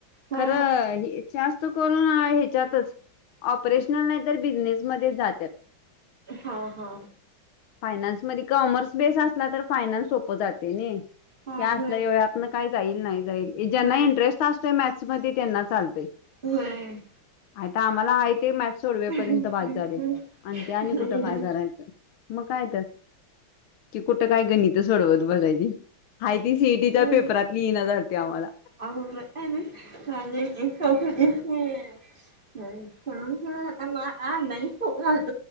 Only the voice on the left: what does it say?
खरं जास्त ह्याच्यातच ऑपरेशनल नाही तर बिझनेसमध्ये जात्यात.
फायनान्स मध्ये कॉमर्स बेस असली तर फायनान्स सोपं जाते नाही
हे
असल्याव आतन काही जाईल नाही जाईल ज्यांना
इंटरेस्ट असतोय मॅथस ममध्ये त्यांना चालतंय
आता आम्हाला आहे ते मॅच सोडवेपर्यंत
बास झालं त्याने
कुठ काय करायचं मग काय तर? की कुठ काय गणित सोडवत बसायचे आहे ती सीईटीचा
पेपर पेपर यातील इन झालते आम्हाला